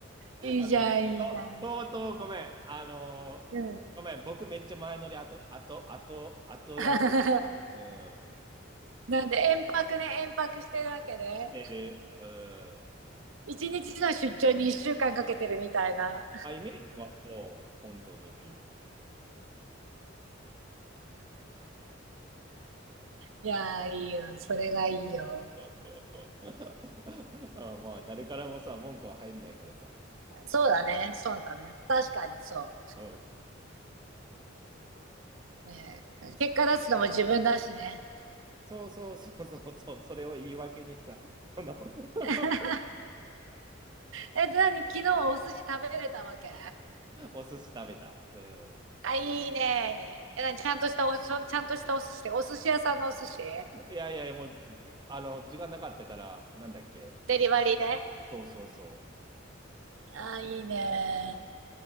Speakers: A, on the right (about 80°); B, on the right (about 20°).
A: いいじゃん、
B: あ、ごめん。
A: いいじゃん。
B: そう相当ごめん。あのーごめん。
A: うん。
B: 僕、めっちゃ前乗り後、後、後、後やす。
A: <laughs>
B: うん。
A: なんで、遠泊ね、遠泊してるわけね。
B: てる。うん。
A: 一日の出張に一週間かけてるみたいな。
B: あ、イメージはそう、本当に。
A: いやー、いいよ。それがいいよ。
B: <laughs> あ、まあ、誰からもさ、文句は入んないからさ。
A: そうだね、そうだね。確かにそ
B: うん。
A: う。ね、結果出すのも自分だしね。
B: そうそうそうそうそう、それを言い訳にさ、この <laughs>
A: <laughs> え、何、昨日お寿司食べれたわけ
B: お寿司食べた。うん。
A: あ、いいね。え、何、ちゃんとしたお、そちゃんとしたお寿司ってお寿司屋さんのお寿司
B: いやいやいや、もう、であの、時間なかったから、なんだっけ。
A: デリバリーで
B: そうそうそ
A: あ、いいね。